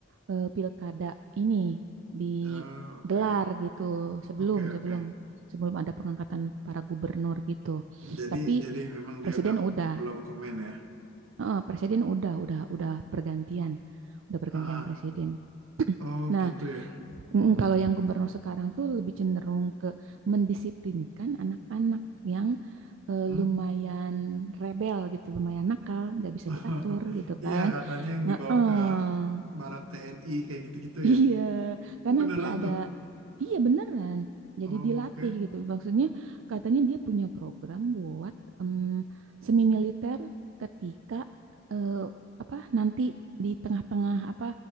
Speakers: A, on the right; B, on the right.
A: eh, pilkada ini digelar
B: Eh, oke,
A: gitu. Sebelum
B: oke, oke.
A: sebelum sebelum ada pengangkatan para gubernur gitu.
B: Jadi,
A: Tapi
B: jadi memang
A: presiden
B: dia nggak
A: udah.
B: belum komen ya.
A: Heeh, presiden udah udah udah pergantian. Udah pergantian
B: Ah,
A: presiden.
B: oh
A: Nah,
B: gitu ya.
A: Mm, Kalau yang gubernur sekarang tuh lebih cenderung ke mendisiplinkan anak-anak yang eh,
B: Hmm?
A: lumayan rebel gitu, lumayan nakal, nggak bisa
B: <laughs>
A: diatur gitu
B: Iya
A: kan.
B: katanya yang
A: Heeh.
B: dibawa ke
A: <laughs>
B: Barat TNI kayak gitu-gitu
A: Iya,
B: ya.
A: kan
B: Oh beneran
A: nanti ada,
B: tuh.
A: iya beneran.
B: Oh
A: Jadi dilatih
B: oke.
A: gitu. Maksudnya katanya dia punya program buat em, semi militer ketika eh, apa nanti di tengah-tengah apa